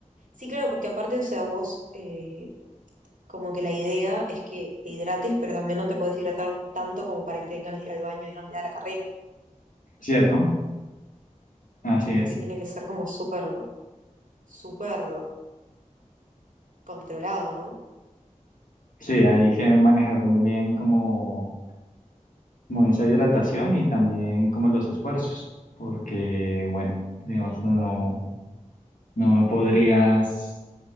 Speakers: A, on the right; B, on the left.
A: Sí, claro, porque aparte, o sea, vos, eh, como que la idea es que te hidrates, pero también no te puedes hidratar tanto como para que te den ganas de ir al baño en la mitad de ir a la carrera.
B: ¿cierto? Así
A: O sea,
B: es.
A: que tiene que ser como súper, súper controlado, ¿no?
B: Sí, hay que manejar muy bien como como esa hidratación y también como los esfuerzos, porque bueno, digamos, no, no podrías